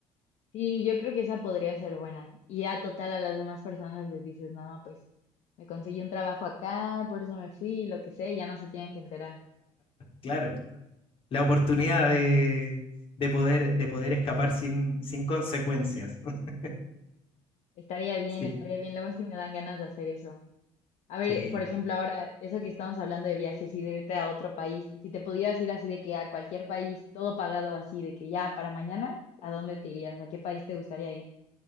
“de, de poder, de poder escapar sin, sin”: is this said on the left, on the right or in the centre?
Left